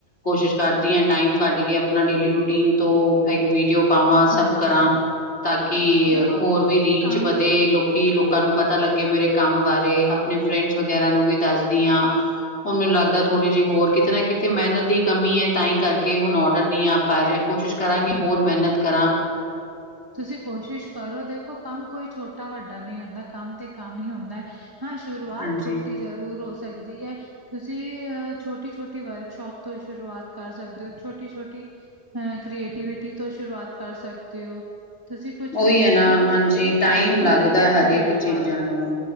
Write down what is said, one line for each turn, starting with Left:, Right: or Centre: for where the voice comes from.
Left: ਕੋਸ਼ਿਸ਼ ਕਰਦੀ ਆਂ ਟਾਈਮ ਕੱਢ ਕੇ ਆਪਣਾ ਡੇਲੀ ਰੋਟੀਨ ਤੋਂ ਐ ਇੱਕ ਵੀਡੀਓ ਪਾਵਾਂ
Right: ਹਾਂਜੀ
Left: ਸਭ ਕਰਾਂ ਤਾਂ ਕਿ
Right: ਦੇਖੋ
Left: ਹੋਰ ਵੀ ਰੀ
Right: ਕੰਮ
Left: ਦੇ ਲੋਕੀ ਲੋਕਾਂ ਨੂੰ ਪਤਾ ਲੱਗੇ ਮੇਰੇ ਕੰਮ ਬਾਰੇ। ਆਪਣੇ ਫਰੈਂਡਸ ਵਗੈਰਾ ਨੂੰ ਵੀ ਦੱਸਦੀ ਆਂ। ਹੁਣ ਮੈਨੂੰ ਲਗਦਾ ਥੋੜ੍ਹੀ ਜੀ ਹੋਰ ਕਿਤੇ ਨਾ ਕਿਤੇ ਮਿਹਨਤ ਦੀ ਕਮੀ ਐ ਤਾਂ ਈ ਕਰਕੇ ਹੁਣ ਔਡਰ ਨੀ ਆ ਪਾ ਰੇ। ਕੋਸ਼ਿਸ਼ ਕਰਾਂਗੇ ਹੋਰ ਮਿਹਨਤ ਕਰਾਂ
Right: ਤੁਸੀ ਕੋਸ਼ਿਸ਼ ਕਰੋ ਦੇਖੋ ਕੰਮ ਕੋਈ ਛੋਟਾ ਵੱਡਾ ਨਈ ਹੁੰਦਾ, ਕੰਮ ਤੇ ਕੰਮ ਈ ਹੁੰਦੈ। ਹਾਂ, ਸ਼ੁਰੂਆਤ
Left: ਹਾਂਜੀ
Right: ਛੋਟੀ ਜ਼ਰੂਰ ਹੋ ਸਕਦੀ ਐ। ਤੁਸੀ ਅ ਛੋਟੀ-ਛੋਟੀ ਵਰਕਸ਼ੋਪ ਤੋਂ ਸ਼ੁਰੂਆਤ ਕਰ ਸਕਦੇ ਔ, ਛੋਟੀ-ਛੋਟੀ ਅ ਕ੍ਰੀਏਟੀਵਿਟੀ ਤੋਂ ਸ਼ੁਰੂਆਤ ਕਰ ਸਕਦੇ ਔ। ਤੁਸੀ ਕੁਛ
Left: ਉਹੀ
Right: ਵੀ
Left: ਹੈ
Right: ਆਪਣੀ,
Left: ਨਾ
Right: ਤੁਸੀ
Left: ਹਾਂਜੀ
Right: ਆਪਣੇ
Left: ਟਾਈਮ
Right: ਘਰ ਨੂੰ
Left: ਲੱਗਦਾ
Right: ਹੀ ਡੈਕੋਰੇਟ
Left: ਹਰੇਕ ਚੀਜ਼ਾਂ
Right: ਕਰ ਦੋ।
Left: ਨੂੰ।